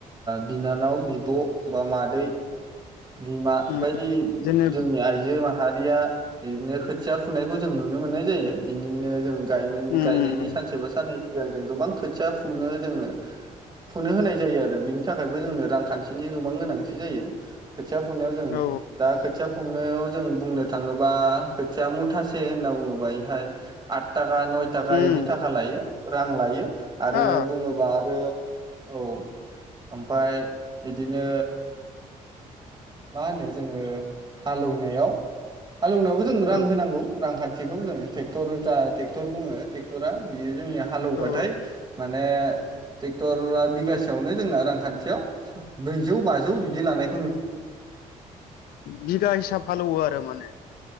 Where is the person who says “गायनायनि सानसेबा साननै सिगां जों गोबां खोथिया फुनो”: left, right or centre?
Right